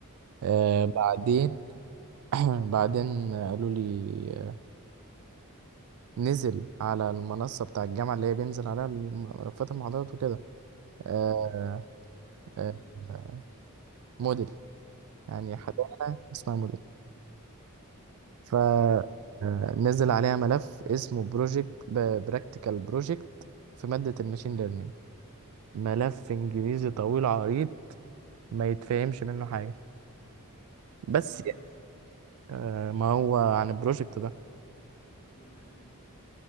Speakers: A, on the right; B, on the left.
A: آه
B: امم
A: بعدين <clears throat> بعدين قالوا لي آه، نزل على المنصه بتاع الجامعه اللي هي بينزل عليها الم- ملفات المحاضرات وكده آه
B: البورتر او
A: آه
B: ال ال ام اس
A: آه، موديل يعني
B: امم
A: حاجه اسمها موديل فنزل
B: اه تمام
A: عليها ملف اسمه بروجكت براكتيكال بروجكت في مادة الماشين ليرنينج ملف انجليزي طويل عريض ما يتفهمش منه حاجة بس
B: كان عليه
A: يعني،
B: اصلا
A: آه، ما هو عن البروجكت ده
B: ب- يعني كان